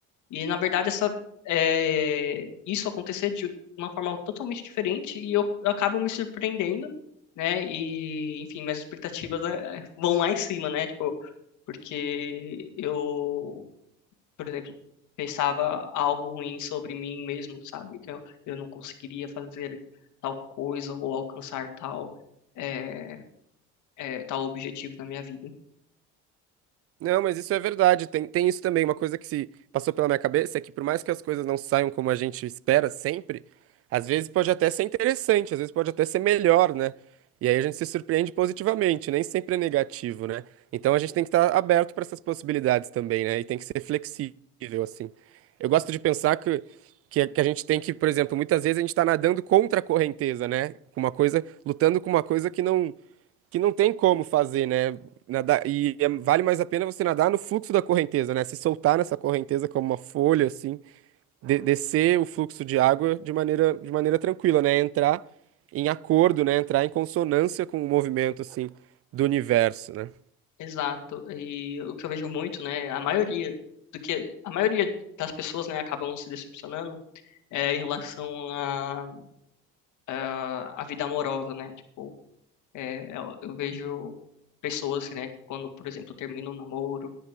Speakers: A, on the left (about 70°); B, on the right (about 50°).
A: e na verdade essa é, isso acontecer de uma forma totalmente diferente e eu acabo me surpreendendo, né? E enfim, minhas expectativas é, vão lá em cima, né? Tipo, porque eu, por exemplo, pensava algo ruim sobre mim mesmo, sabe? Que eu, eu não conseguiria fazer tal coisa ou alcançar tal é, é, tal objetivo na minha vida.
B: Não, mas isso é verdade, tem, tem isso também. Uma coisa que se passou pela minha cabeça é que por mais que as coisas não saiam como a gente espera sempre, às vezes pode até ser interessante, às vezes pode até ser melhor, né? E aí a gente se surpreende positivamente, nem sempre é negativo, né? Então a gente tem que estar aberto para essas possibilidades também, né? E tem que ser flexível, assim. Eu gosto de pensar que, que, que a gente tem que, por exemplo, muitas vezes a gente está nadando contra a correnteza, né? Com uma coisa, lutando com uma coisa que não que não tem como fazer, né? Nadar, e é- vale mais a pena você nadar no fluxo da correnteza, né? Se soltar nessa correnteza como uma folha, assim, de- descer o fluxo de água de maneira, de maneira tranquila, né? Entrar em acordo, né? Entrar em consonância com o movimento, assim, do universo, né?
A: Exato. E o que eu vejo muito, né, a maioria do que a maioria das pessoas, né, acabam se decepcionando é em relação à à à vida amorosa, né? Tipo, é, eu, eu vejo pessoas, né, que quando, por exemplo, terminam um namoro